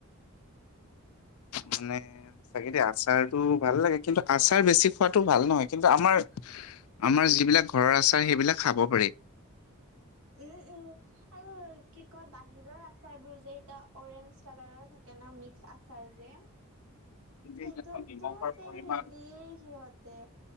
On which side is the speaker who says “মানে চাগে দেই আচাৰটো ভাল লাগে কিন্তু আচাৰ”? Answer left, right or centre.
Left